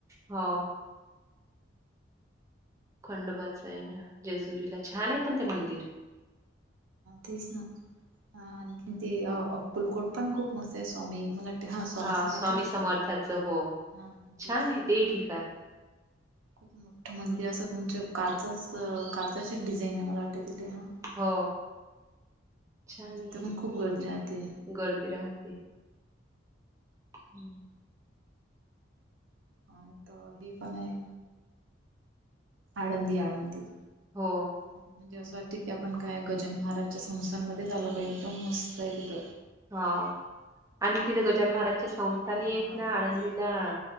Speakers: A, on the right; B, on the right.
A: हो. खंडोबाच आहे ना जेजुरीला छान आहे पण ते मंदिर.
B: तेच ना आणखीन ते अक्कुलकोट पण खूप मस्त आहे स्वामी मला हां स्वामी
A: हा
B: समर्थांच
A: समर्थाचं हो
B: हा ते
A: छान आहे तेही ठिकाण
B: खूप मोठ्ठ मंदिर
A: हं.
B: अस म्हणजे काचाच काचाचीच डिझाईन आहे मला वाटते तीथे हां.
A: हो छान
B: तिथं
A: आहे तिथे
B: पण खूप गर्दी राहते
A: गर्दी राहते. हम्म.
B: हा इथ हे पण आहे आळंदी आळंदी.
A: हो.
B: म्हणजे अस वाटते की आपण काय गजानन महाराजच्या संस्थानमध्येच आलो की काय एकदम मस्त आहे तिथ.
A: हां आणि तिथे गजानन महाराजांची संस्थानी
B: हा
A: आहेत ना आळंदीला.
B: तेच